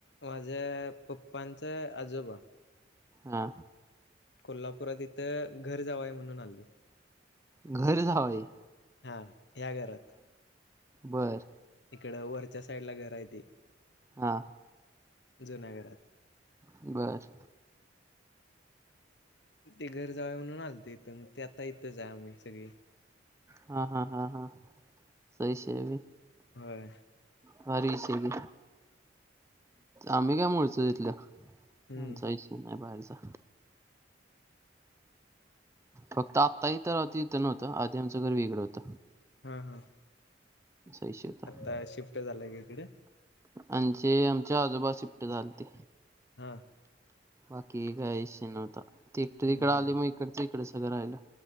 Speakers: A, on the left; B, on the right.
A: माझ्या पप्पांच आजोबा
B: हा.
A: कोल्हापुरात इथं घर जावंय म्हणून आले.
B: घर जावय?
A: हा ह्या घरात.
B: बरं.
A: इकड वरच्या सईड ला घर हाय ते.
B: हा.
A: जुन्या घरात.
B: बरं.
A: ते घर जावळ म्हणून आलत इथं मग ते आता इथंच आहे आम्ही सगळी.
B: हा हा हा हा सही सेबी
A: होय.
B: हारी सेबी आम्ही काय म्हणतो तिथल
A: हम्म
B: आमचा विषय नाही बाहेरचा. फक्त आत्ता इथं नव्हतं आधी आमचं घर वेगळ होत.
A: हा हा
B: विषय होता
A: आता शिफ्ट झालाय का इकडे?
B: आमचे, आमचे आजोबा शिफ्ट झाले ते.
A: हा..
B: बाकी काय विषय नव्हता ते एकटे
A: हम्म
B: इकड आले
A: हम्म
B: मग इकडच इकड सगळं राहिल.